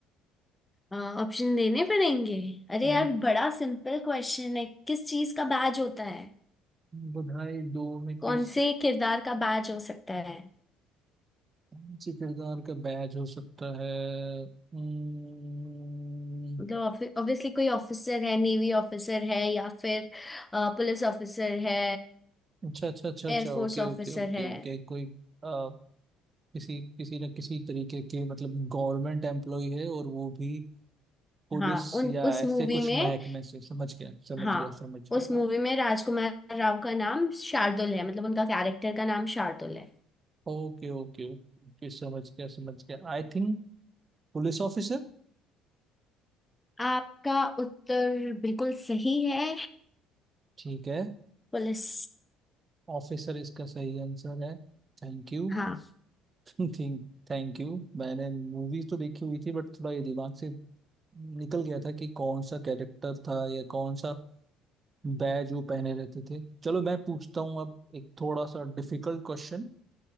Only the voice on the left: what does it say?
ऑप्शन देने पड़ेंगे अरे
यार बड़ा सिंपल क्वेश्चन है किस चीज का बैज होता है
कौन
से किरदार का बैज हो सकता है
मतलब ऑब्वियसली कोई ऑफिसर है नेवी ऑफिसर है या फिर पुलिस ऑफिसर है
एयरफोर्स
ऑफिसर
है
हाँ उन
उस
मूवी
में
हाँ
उस
मूवी में राजकुमार राव का नाम शार्दुल है मतलब उनका कैरेक्टर का नाम शार्दुल है
आपका उत्तर बिल्कुल सही है
पुलिस
हाँ